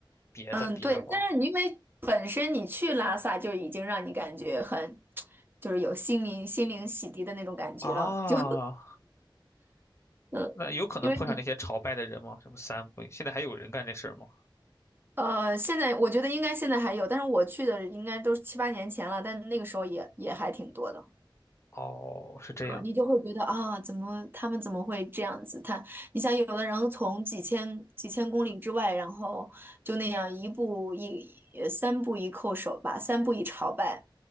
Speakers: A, on the left; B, on the right.
A: 别的比的话，
B: 嗯，对，但是你因为本身你去拉萨就已经让你感觉很，就是有心灵心灵洗涤的那种感觉了，
A: 啊，
B: 就嗯，
A: 那有可能碰上那些朝拜的人吗？
B: 因为
A: 什么三不，现在还有人干这事儿吗？
B: 呃，现在我觉得应该现在还有，但是我去的应该都是七八年前了，但那个时候也也还挺多的。
A: 哦，是这样，
B: 啊，你就会觉得啊，怎么他们怎么会这样子？他，你想，有的人从几千几千公里之外，然后就那样一步一呃三步一叩首吧，三步一朝拜，